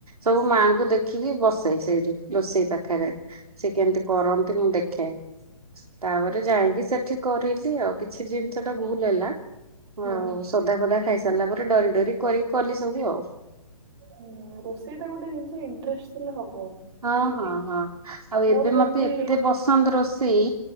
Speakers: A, on the right (about 85°); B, on the right (about 45°).
A: ସବୁ ମାଙ୍କୁ ଦେଖିକି ବସି ସେଇଠି ରୋଷେଇ ପାଖରେ ସେ କେମିତି କରନ୍ତି ମୁଁ ଦେଖେ। ତାପରେ
B: ଆଚ୍ଛା।
A: ଯାଇକି ସେଠି କରିଲି ଆଉ କିଛି ଜିନିଷ ଟା ଭୁଲ୍ ହେଲା।
B: ହୁଁ।
A: ହଉ ସୋଦା ଫୋଦା ଖାଇସାରିଲା ପରେ ଡରି ଡରି କରିକି କଲି ସବୁ ଆଉ।
B: ହୁଁ ରୋଷେଇ ଟା ଗୋଟେ ଜିନିଷ ଇନଟ୍ରେଷ୍ଟ ଥିଲେ ହବ।
A: ହଁ,
B: ନୁହେଁ
A: ହଁ
B: କି?
A: ହଁ ଆଉ
B: ମୋର
A: ଏବେ
B: ଯେମିତି
A: ମତେ ଏତେ ପସନ୍ଦ ରୋଷେଇ